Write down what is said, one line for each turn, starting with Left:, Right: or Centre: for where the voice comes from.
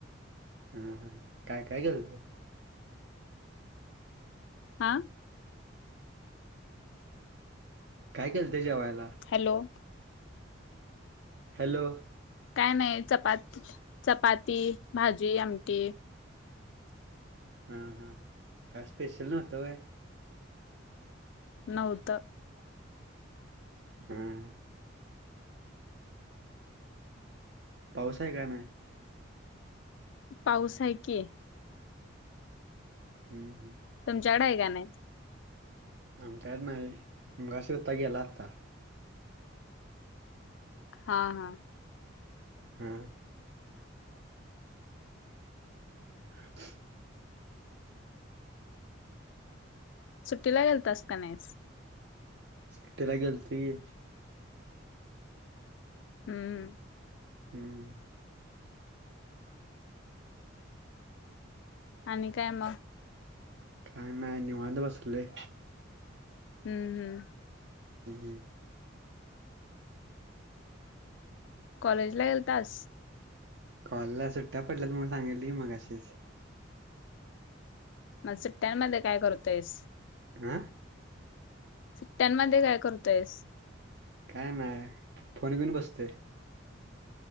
Right: हम हम काय काय गेल ते
Left: हा
Right: काय केलं तेच्याेवा्हां
Left: हॅलो
Right: हॅलो
Left: काय नाही चपाती चपाती भाजी आमठीी
Right: हा हा काय स्पेशल नतय
Left: नौत
Right: हम्म पाऊस आहे का नाही
Left: पाऊस आहे की
Right: हम्म हम्
Left: तुमच्याकडे का नाही
Right: आमच्यात नाही मग शता गेला आता
Left: हा हा
Right: हम्म <inaudible>
Left: सुट्टीला गेलतसत नाहीस
Right: सु्टेला गलत आहे
Left: हम्म
Right: हम्म
Left: आणि काय मग
Right: काय नाही निवांत बसलोय
Left: हम्म हम्म
Right: हम्म
Left: कॉलेज ला गेलतास
Right: कॉलजला सुट्ट्या पडल्यात म्हणून सांगितलय की मगाशीच
Left: मग सुट्ट्यांमध्ये काय करतयस
Right: आा
Left: सुट्ट्यामध्ये काय करतोयस
Right: काय नाही फोन घेऊन बसतोय